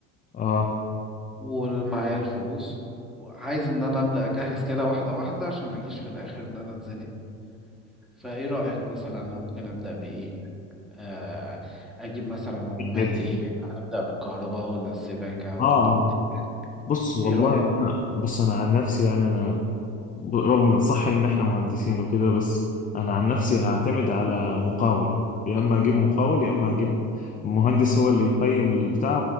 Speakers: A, on the left (about 25°); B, in the centre.
A: اه
B: ومعايا الفلوس وعايز ان انا ابدا اجهز كده واحده واحده عشان ما اجيش في الاخر ان انا اتزنق فايه رايك مثلا انا ممكن ابدا بايه آه، اجيب مثلا عمال
A: ايه كده
B: ايه ابدا بالكهرباء ولا السباكه ولا
A: اه
B: الد-
A: بص والله
B: ايه رايك
A: انا بص انا عن نفسي يعني انا ب- رغم صح ان احنا مهندسين وكده بس انا عن نفسي هعتمد على مقاول يا اما اجيب مقاول يا اما اجيب مهندس هو اللي يقيم البتاع